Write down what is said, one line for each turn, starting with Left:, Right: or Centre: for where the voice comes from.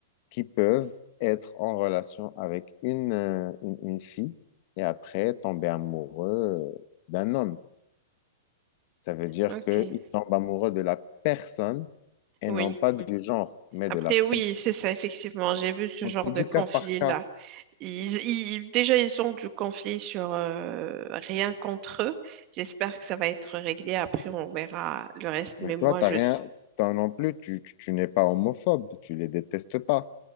Left: qui peuvent être en relation avec une, euh, une, une fille et après tomber amoureux euh, d'un homme. Ça veut dire
Right: Ok,
Left: qu'ils tombent amoureux de la personne et
Right: oui.
Left: non pas Oui, du genre, mais
Right: Après,
Left: de la
Right: oui,
Left: personne.
Right: c'est ça, effectivement. J'ai vu ce
Left: Donc
Right: genre
Left: c'est
Right: de
Left: du
Right: conflit-là.
Left: cas par cas.
Right: Ils, ils- déjà, ils ont du conflit sur euh, rien contre eux. J'espère que ça va être réglé. Après, on verra le reste.
Left: Mais
Right: Mais moi,
Left: toi, t'as
Right: je...
Left: rien,
Right: s-
Left: toi non plus, tu, tu, tu n'es pas homophobe, tu les détestes pas.